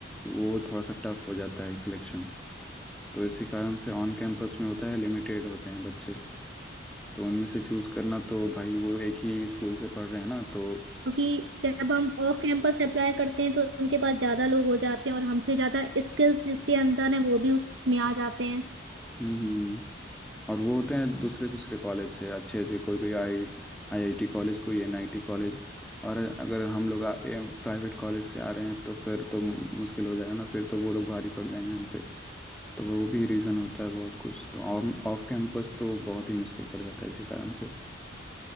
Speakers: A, in the centre; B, on the right.
A: वो थोड़ा सा टफ हो जाता है सिलेक्शन तो इसी कारण से ऑन कैंपस में होता है लिमिटेड होते हैं बच्चे तो उनमें से चूज़ करना तो भाई वो एक ही स्कूल से पढ़ रहे हैं ना तो
B: क्योंकि जब हम ऑफ कैंपस अप्लाई करते हैं तो उनके पास ज्यादा लोग हो जाते हैं और हमसे ज्यादा स्किल्स जिसके अंदर है वो भी उसमें आ जाते हैं
A: हम्म और वो होते हैं दूसरे दूसरे कॉलेज से अच्छे अच्छे कोई कोई आई आईआईटी कॉलेज कोई एनआईटी कॉलेज और अगर हम लोग प्राइवेट कॉलेज से आ रहे हैं तो फिर तो मुश्किल हो जाएगा ना फिर तो वो लोग भारी पड़ जाएंगे हम पे तो वो भी रीज़न होता है बहुत कुछ तो ऑन ऑफ कैंपस तो बहुत ही मुश्किल पड़ जाता है इसी कारण से